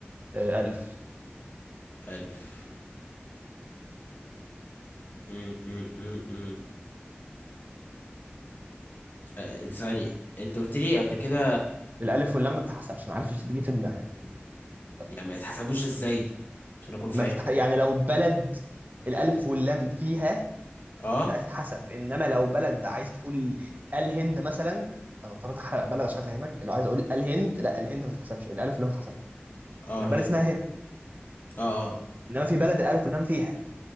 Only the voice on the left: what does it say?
ألف م- م- م- م. أه، ثواني أنت قلت لي قبل كده
يعني ما يتحسبوش إزاي عشان أكون فاهم
أه
أه
هنا
أه أه
تمام.